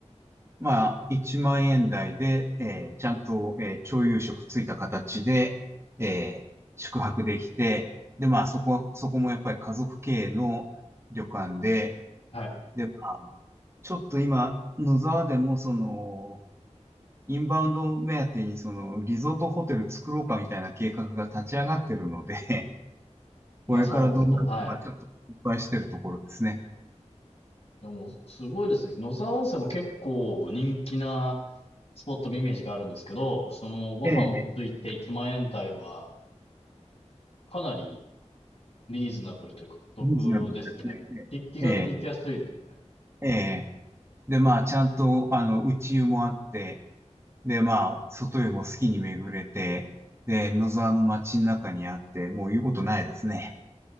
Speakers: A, on the right; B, on the left.
A: まあ、1万円台で、えーちゃんと、えー朝夕食ついた形で、えー宿泊できて、で、まあ、そこは、そこもやっぱり家族経営の旅館で、
B: はい。
A: で、まあちょっと今、野沢でもその、インバウンド目当てにその、リゾートホテル作ろうかみたいな計画が立ち上がってるので、<laughs> これからどうなるのかちょっと心配してるところですね。
B: まあ、そうそう、はい。でも、すごいですね。野沢温泉も結構人気なスポットのイメージがあるんですけど、その、ご飯もついて1万円台は、
A: ええ、
B: かなりリーズナブルというか、お得ですよね。
A: リーズナブルですね。
B: き気軽に行きやすいですよね。
A: ええ、ええ。で、まあ、ちゃんと、あの、内湯もあって、で、まあ、外湯も好きに巡れて、で、野沢の街の中にあって、もう言うことないですね。